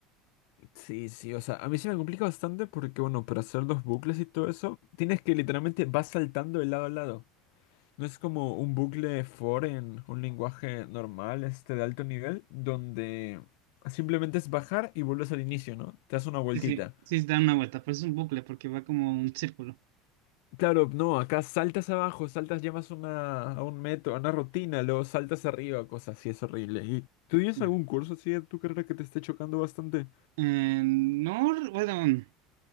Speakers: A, on the left; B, on the right.
A: Sí, sí, o sea, a mí se me complica bastante porque, bueno, para hacer los bucles y todo eso, tienes que literalmente vas saltando de lado a lado. No es como un bucle for en un lenguaje normal, este de alto nivel, donde simplemente es bajar y vuelves al inicio, ¿no? Te das una vueltita.
B: Sí, sí, sí, se da una vuelta, pero es un bucle porque va como un círculo.
A: Claro, no, acá saltas abajo, saltas, llamas una, a un metro, a una rutina, luego saltas arriba, cosas así, es horrible. ¿Y tú tienes
B: Mm.
A: algún curso así de tu carrera que te esté chocando bastante?
B: Eh, no, bueno.